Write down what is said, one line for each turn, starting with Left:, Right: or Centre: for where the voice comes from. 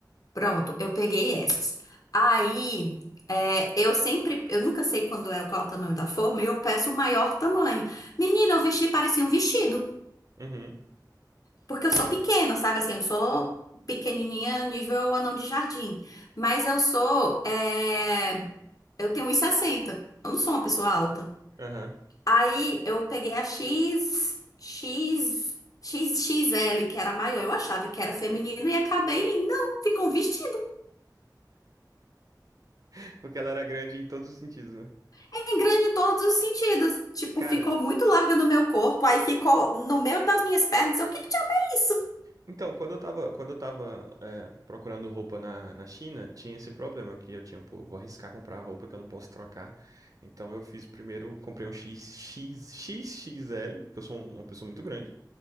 Left: Pronto, eu peguei essas. Aí, é, eu sempre, eu nunca sei quando é qual é o tamanho da forma, e eu peço o maior tamanho. Menina, eu vesti parecia um vestido,
Right: Uhum,
Left: porque eu sou pequena, sabe assim, eu não sou pequenininha nível anão de jardim, mas eu sou, é, eu tenho um e sessenta eu não sou uma pessoa alta.
Right: aham.
Left: Aí, eu peguei a X, X, x x l que era maior, eu achava que era feminino e acabei em mim. Não, ficou um vestido.
Right: <laughs> Porque ela era grande em todos os sentidos, né?
Left: É grande em todos os sentidos. Tipo,
Right: Cara,
Left: ficou muito larga no meu corpo, aí ficou no meio das minhas pernas. Eu, que diabo é isso?
Right: Então, quando eu tava, quando eu tava é, procurando roupa na, na China, tinha esse problema que eu tinha, pô, vou arriscar comprar roupa que eu não posso trocar. Então eu fiz primeiro, comprei um X, X, X L que eu sou um- uma pessoa muito grande,